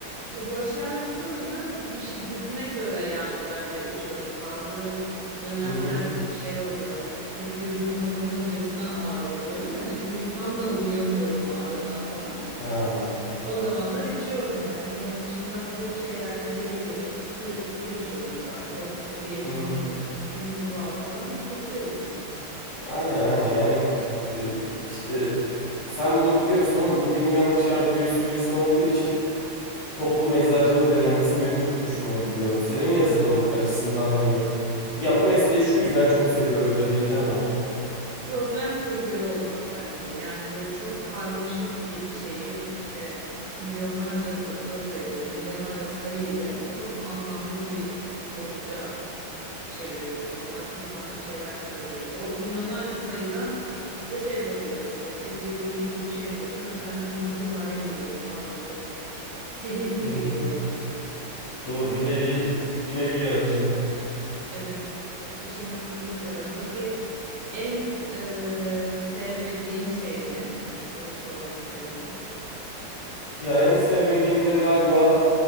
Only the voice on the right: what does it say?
Başarısının şiddetine göre yani ben de içiyorum. Bazı dönemler
şey oluyor hani tek gözüm kapanırcasına ağrıyor böyle. Hani uyusam da uyuyamıyorum ağrıdan falan.
O zamanlar içiyorum yani. Ama onun dışında hafif şeylerde dediğin gibi mesela su, su içiyorum daha çok. E, bir elimi
yüzümü yıkayıp temiz hava al falan geçiyor yine.
problem çözüyor olmak bence. Yani böyle çok karmaşık bir şeyi işte milyonlarca da- datayı böyle milyonlarca sayıyı çok anlamlı bir sonuca çeviriyorsun. Ondan çok farklı şeyler çıkarabiliyorsun. O milyonlarca sayıdan işte şey yapabiliyorsun işte ChatGPT gibi bir şey yapıyorsun ve seninle konuşur hale geliyor falan böyle hani sihir gibi
geliyor bana.
Evet. İşin o kısmını seviyorum. Peki en e, sevmediğin şey ne? Onu sormak isterim.